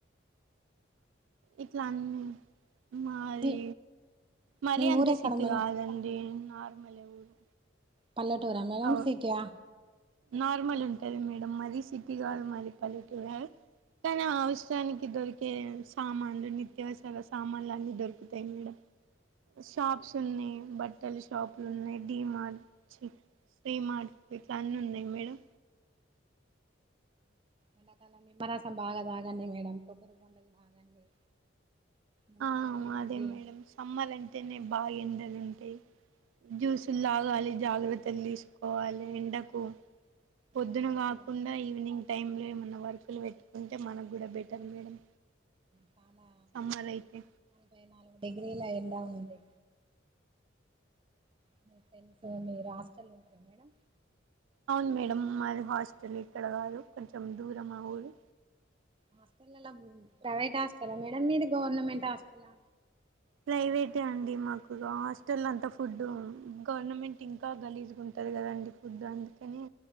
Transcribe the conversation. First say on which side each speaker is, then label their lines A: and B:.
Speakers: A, on the right (about 80°); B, on the right (about 25°).
A: ఇట్ల అన్ని మాది
B: మీ
A: మరి
B: మీ
A: అంత
B: ఊరు ఎక్కడ
A: సీటీ
B: మేడం
A: కాదండి మళ్ళ ఏ ఊరు
B: పల్లెటూరా మేడమ్
A: అవు
B: సిటీ ఆ
A: నార్మల్ ఉంటది మేడం మరీ సిటీగా మరి పల్లెటూరా కానీ అవసరానికి దొరికే సామాన్లు నిత్యావసర సామాన్లు అన్ని దొరుకుతాయి మేడం షాప్స్ ఉన్నాయి బట్టలు షాప్లు ఉన్నాయి డి మార్ట్ సి మార్ట్ ఇట్ల అన్ని ఉన్నాయి ఆ మేడమ్
B: ఎండాకాలం నిమ్మరసం బాగా తాగండి మేడం కొబ్బరి బోండాలు తాగండి నిమ్మకాయలు
A: ఆ
B: తినండి
A: అదే మేడమ్ సమ్మర్ అంటేనే బాగా ఎందరు ఉంట జ్యూస్లు లాగా అది జాగ్రత్త తినేసి పోవాలీ ఉండకూ పొద్దున
B: ఎండకు బయటకు
A: కాకుండా ఈవినింగ్ టైం ఇంట్లో ఏమన్నా వర్కులు పెట్టుకుంటే మనకు కూడా బెటర్ మేడం
B: చాలా
A: సమ్మర్ అయితే
B: నలభై నాలుగు డిగ్రీల ఎండ ఉంది మీ ఫెండ్స్ మీరు హాస్టల్లుంటరా మేడం
A: అవును మేడం మాది హాస్టల్ ఇక్కడ కాదు కొంచెం దూరం ఆ ఊరు
B: హాస్టలల్లో ప్రైవేట్ హాస్టలా మేడం మీది గవర్నమెంట్ హాస్టలా
A: ప్రైవేటే అండి మాకు హాస్టల్ అంతా ఫుడ్ గవర్నమెంట్ ఇంకా గలీజుగుంటది కదండి ఫుడ్ అందుకని